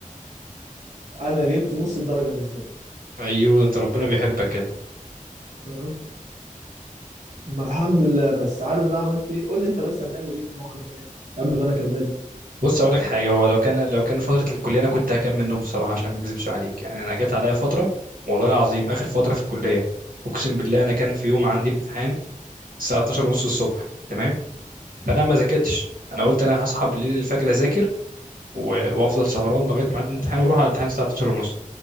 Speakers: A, on the right (about 60°); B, on the right (about 80°).
A: انا جبت نص الدرجه بالظبط
B: ايوه ده انت ربنا بيحبك كده
A: تمام ما الحمد لله بس عارف بقى عملت ايه قول لي انت بس هتعمل ايه في الموقف ده يعني قبل ما انا اكمل
B: بص اقول لك حاجه هو لو كان لو كان فتره الكليه انا كنت هكمل نوم بصراحه عشان ما اكذبش عليك يعني انا جت عليا فتره والله العظيم اخر فتره في الكليه اقسم بالله انا كان في يوم عندي امتحان الساعه 12 ونص الصبح تمام فانا ما ذاكرتش انا قلت انا هصحى بالليل الفجر اذاكر و- وافضل سهران لغايه ميعاد الامتحان واروح على الامتحان الساعه 12 ونص